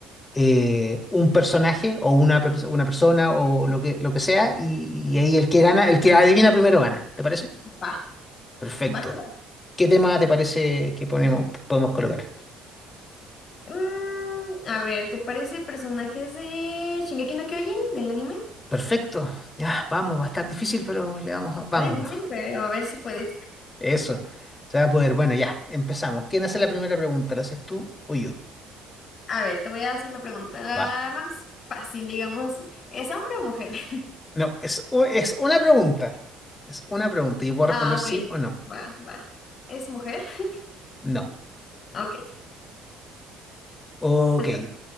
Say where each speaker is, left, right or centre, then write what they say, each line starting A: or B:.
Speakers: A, on the left; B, on the left.
A: eh, un personaje o una, pers- una persona o lo que, lo que sea y, y ahí el que gana, el que adivina primero gana. ¿Te parece?
B: Va,
A: Perfecto.
B: va que va.
A: ¿Qué tema te parece que ponemos, podemos colocar?
B: Mm, a ver, ¿te parece personajes de Shingeki no Kyojin, del anime?
A: Perfecto. Ya, vamos, va a estar difícil, pero le vamos a, vámonos.
B: Va difícil, pero a ver si puedes.
A: Eso. Se va a poder. Bueno, ya, empezamos. ¿Quién hace la primera pregunta? ¿La haces tú o yo?
B: A ver, te voy a hacer la pregunta la
A: Va.
B: más fácil, digamos. ¿Es hombre o mujer? <laughs>
A: No, es, u- es una pregunta. Es una pregunta. Yo puedo
B: Ah,
A: responder
B: ok,
A: sí o no.
B: va, va. ¿Es mujer? <laughs>
A: No.
B: Ok,
A: Ok.
B: te toca.